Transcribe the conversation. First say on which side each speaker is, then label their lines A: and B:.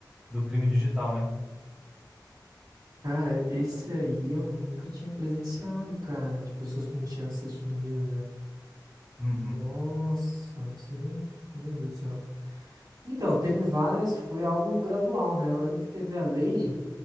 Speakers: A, in the centre; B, on the right.
A: do crime digital, né?
B: Cara, esse aí eu nunca tinha presenciado, cara, de pessoas que não tinham se assumido, né?
A: Uhum.
B: Nossa, isso é- meu Deus do céu. Então, teve várias, foi algo gradual, né? Eu lembro que teve a lei,